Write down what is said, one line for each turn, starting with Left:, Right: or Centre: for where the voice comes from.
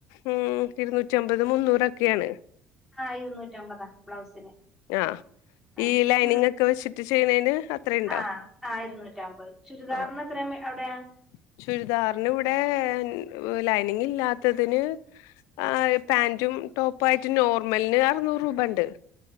Left: ഉം ഇരുന്നൂറ്റമ്പത്, മുന്നൂറൊക്കെയാണ്.
Centre: ആഹ് ഇരുന്നൂറ്റമ്പതാ ബ്ലൗസിന്.
Left: ആ
Centre: ആ
Left: ഈ ലൈനിങ്
Centre: ചു
Left: ഒക്കെ വെച്ചിട്ട് ചെയ്യണേന് അത്രയുണ്ടോ
Centre: ആ ആ ഇരുന്നൂറ്റമ്പത്, ചുരിദാർനെത്രയ
Left: ആ
Centre: മേ അവിടെയ
Left: <inaudible> ചുരിദാറിന് ഇവിടെ ലൈനിങ് ഇല്ലാത്തതിന് ആ പാന്റും ടോപ്പായിട്ട് നോർമലിന് അറ്നൂറ് റൂപണ്ട്.